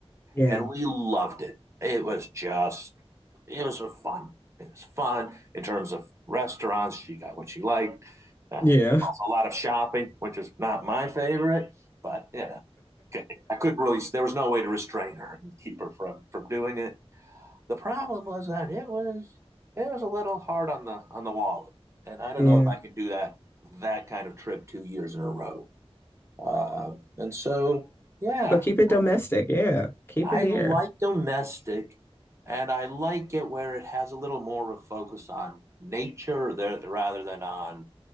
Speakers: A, on the left (about 20°); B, on the right (about 25°).
A: Yeah.
B: and we loved it. It was just, it was fun. It was fun in terms of restaurants. She got what she liked. Uh,
A: Yeah.
B: also,
A: <laughs>
B: a lot of shopping, which is not my favorite, but you know, okay. I couldn't really. There was no way to restrain her and keep her from from doing it. The problem was that it was it was a little hard on the on the wallet, and I don't
A: Yeah.
B: know if I could do that that kind of trip two years in a row. Um, and so, yeah,
A: So keep it
B: I,
A: domestic. Yeah. Keep
B: I
A: it here.
B: like domestic, and I like it where it has a little more of a focus on nature there, rather than on